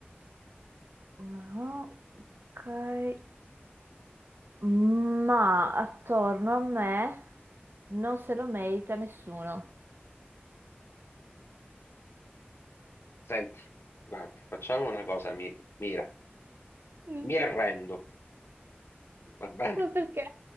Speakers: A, on the right; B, on the left.
A: Ora, ok. Ma attorno a me non se lo merita nessuno.
B: Senti, guarda, facciamo una cosa, mi, mira.
A: Mm,
B: Mi arrendo. Va bene?
A: Ma perché?